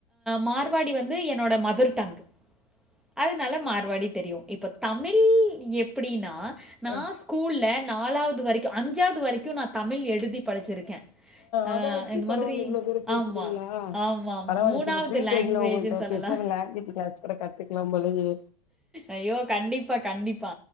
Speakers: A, in the centre; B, on the left.
A: மார்வாடி வந்து என்னோட மதர் டங் அதுனால மறுவாடி தெரியு இப்ப தமிழ் எப்டின்னா நா
B: ஆ
A: ஸ்கூல்ல நாலாவது வரைக்கு அஞ்சாவது வரைக்கு நா தமிழ் எழுதி படிச்சிருக்கே ஆ
B: அத வச்சு
A: இந்த
B: பரவால்ல
A: மாதிரி
B: இவ்ளோ தூரோ பேசுறீங்களா
A: ஆமா ஆமா
B: பரவால்ல
A: மூணாவது
B: சிஸ் இப்ப ஃப்ரீ
A: லாங்குவேஜுன்னு
B: டைம்ல உங்கள்ட்ட
A: சொல்லலா
B: பேசாம லாங்குவேஜ் கிளாஸ் கூட கத்துக்கலாம் போலயே
A: ஐயோ கண்டிப்பா கண்டிப்பா